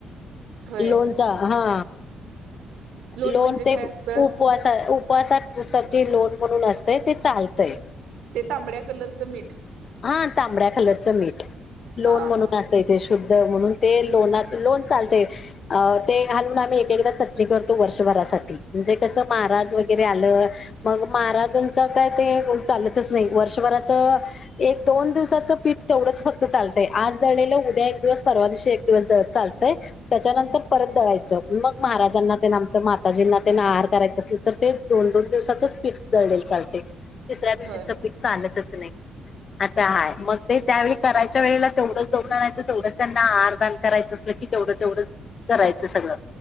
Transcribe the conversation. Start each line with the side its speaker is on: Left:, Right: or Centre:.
Right: होय
Left: लो हा.
Right: लोण
Left: लोन
Right: म्हणजे काय
Left: ते
Right: असतं
Left: उपवास उपवासा ज लोन म्हणून असते ते चालतय.
Right: ते तांबड्या कलरचं मीठ.
Left: हा तांबड्या कलरचं मीठ. लोन
Right: हा
Left: म्हणून
Right: हा.
Left: अस शुद्ध म्हणून ते लोनाच लोन चालतय. अ ते घालून आम्ही एक एकदा चटणी करतो वर्षभरासाठी म्हणजे कसं महाराज वगैरे आलं मग महाराजांचं काय ते चालतच नाही वर्षभराचं एक दोन दिवसाचं पीठ तेवढंच फक्त चालतंय आज दळलेलं उद्या एक दिवस परवा दिवशी एक दिवस चालतंय. त्याच्यानंतर परत दळायचं मग महाराजांना ते आमचं माताजींना ते आहार करायचं अस तर ते दोन दोन दिवसाचच पीठ दळलेल चालते तिसऱ्या दिवशीचं
Right: होय
Left: पीठ चालतच नाही. असं आहेय मग ते त्यावेळी करायच्या वेळेला तेवढंच दळून आणायचं तेवढंच त्यांना आहारदान करायचं अस. तेवढं तेवढं करायचं सगळं‌.